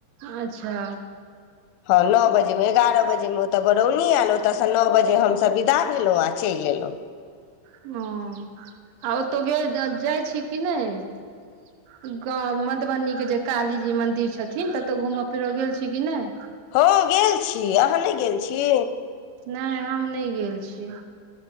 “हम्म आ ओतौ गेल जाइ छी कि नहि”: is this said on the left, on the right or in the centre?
Right